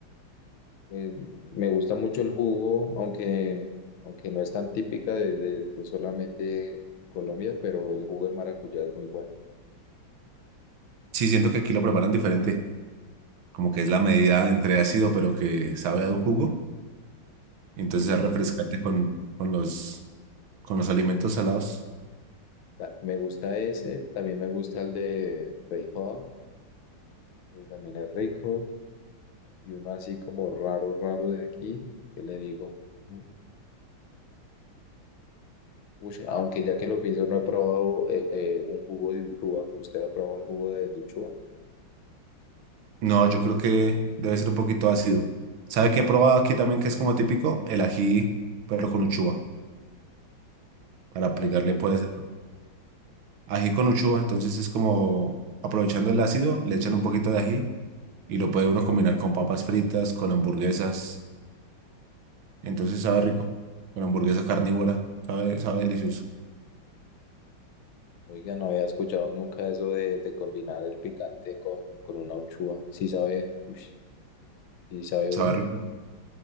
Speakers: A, on the left; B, on the right.
A: pues me gusta mucho el jugo, aunque, aunque no es tan típica de, de- de solamente Colombia, pero el jugo de maracuyá es muy bueno.
B: Sí, siento que aquí lo preparan diferente. Como que es la medida entre ácido, pero que sabe a un jugo. Entonces
A: Y me,
B: es refrescante con, con los, con los alimentos salados.
A: ta- me gusta ese, también me gusta el de feijoa, que también es rico, y uno así como raro, raro de aquí, que le digo? Mm, ush, aunque ya que lo pienso, no he probado eh, eh, un jugo de uchuva. ¿Usted ha probado el jugo de, de uchuva?
B: No, yo creo que debe ser un poquito ácido. ¿Sabe qué he probado aquí también que es como típico? El ají, pero con uchuva. Para aplicarle
A: ¿Cómo así?
B: puede ser ají con uchuva. Entonces es como aprovechando el ácido, le echan un poquito de ají y lo puede uno combinar con papas fritas, con hamburguesas. Entonces sabe rico. Con hamburguesa carnívora. Sabe, sabe delicioso.
A: Oiga, no había escuchado nunca eso de, de combinar el picante con, con una uchúa. Sí sabe, ush, sí sabe
B: Sabe
A: bueno.
B: rico.